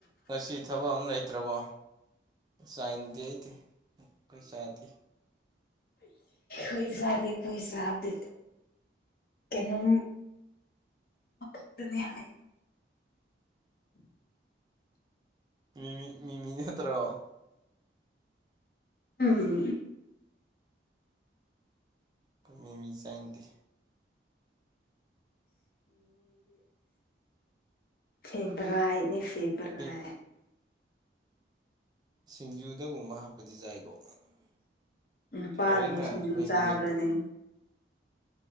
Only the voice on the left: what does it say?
ꯍꯣꯏꯁꯗꯣꯏ ꯁꯥꯕ ꯀꯩꯅꯣꯝ ꯑꯗꯨꯅꯤ ꯍꯥꯏ
ꯎꯝ
ꯁꯤꯕ ꯔꯅꯤ ꯁꯤꯕ ꯔ
ꯅꯨꯄꯥꯗꯕꯨ
ꯁꯤꯡꯖꯨ
ꯆꯥꯕ꯭ꯔꯅꯦ